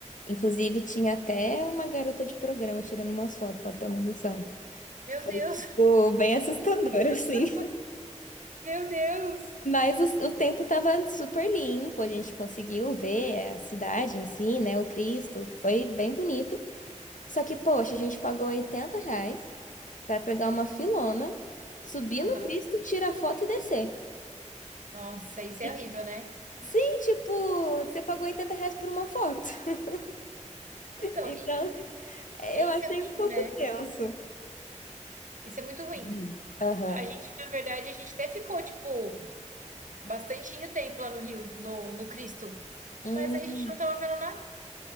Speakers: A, on the left; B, on the right.
A: Inclusive, tinha até uma garota de programa tirando umas fotos pra ter uma noção.
B: Meu
A: Foi,
B: Deus,
A: tipo, bem assustador, <laughs> assim.
B: <laughs> meu Deus.
A: Mas o, o tempo estava super limpo, a gente conseguiu ver a cidade em si, né? O Cristo, foi bem bonito. Só que, poxa, a gente pagou 80 reais para pegar uma filona, subir
B: Aham.
A: no Cristo, tirar foto e descer.
B: Nossa, isso
A: E,
B: é horrível, né?
A: sim, tipo, você pagou 80 reais por uma foto. <laughs>
B: Então,
A: Então,
B: e, é-
A: eu
B: isso
A: achei
B: é ruim,
A: um pouco
B: né?
A: tenso.
B: Isso é muito ruim.
A: Hum. Aham.
B: A gente, na verdade, a gente até ficou, tipo, bastante tempo lá no Rio, no, no Cristo.
A: Hum,
B: Mas a gente não tava vendo nada.